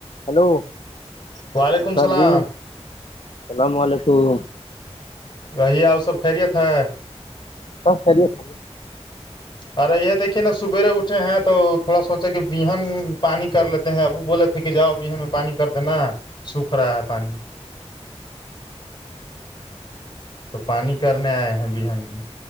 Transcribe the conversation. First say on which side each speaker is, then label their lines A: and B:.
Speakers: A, on the left (about 60°); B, on the left (about 40°).
A: hello
B: وعلیکم
A: نمسکار
B: السلام
A: جی اللام علیکم
B: گہیا ا سب خھرییےت ہے
A: سم خریے تھھی
B: ارے یہ دیکھیے نا سویرے اٹھے ہیں تو تھوڑا سوچے کہ بہن پانی کر لیتے ہیں ابو بولے لے کے جاؤ بھی ہمیں پانی کر دینا سوکھ رہا ہے پانی تو پانی کرنے آئے ہیں بہن میں